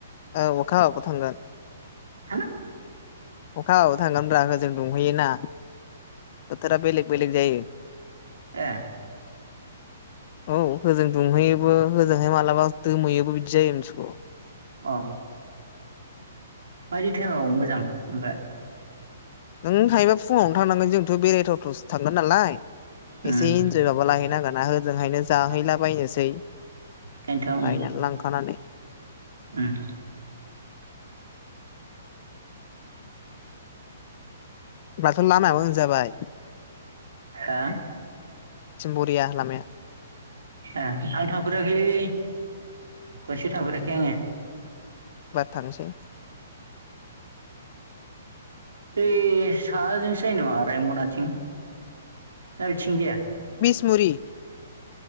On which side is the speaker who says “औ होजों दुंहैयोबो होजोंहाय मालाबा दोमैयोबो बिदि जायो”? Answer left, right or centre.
Left